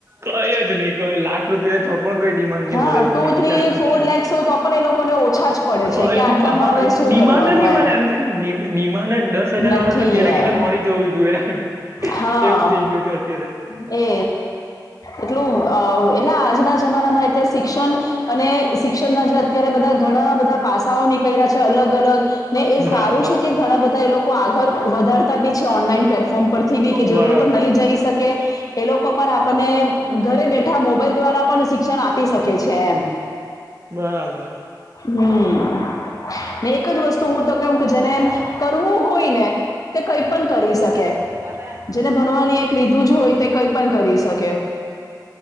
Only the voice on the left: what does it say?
હા
ટુ થ્રી
ફોર
લેક્સ હોય તો પણ એ લોકોને ઓછા જ પડે
છે કે
આટલામાં
હવે શું
કરવાનું
નથી
એમ
હા
એ એટલું એટલે આજના જમાનામાં અત્યારે શિક્ષણ અને શિક્ષણના જે અત્યારે બધા ઘણા બધા પાસાઓ નીકળ્યા છે. અલગ અલગ ને એ
સારું છે કે ઘણા બધા એ લોકો આગળ વધારતા બી છે. ઓનલાઈન- પ્લેટફોર્મ પરથી બી કે જે
લોકો નહીં જઈ શકે એ લોકો પણ આપને ઘરે બેઠા મોબાઈલ દ્વારા પણ શિક્ષણ આપી શકે છે. એમ
હમ એક જ વસ્તુ હું તો કહ કે જેને એમ કરવું હોય ને તે કઈ પણ કરી શકે
જેને ભણવાની એક લીધું જ હોય તે કઈ પણ કરી શકે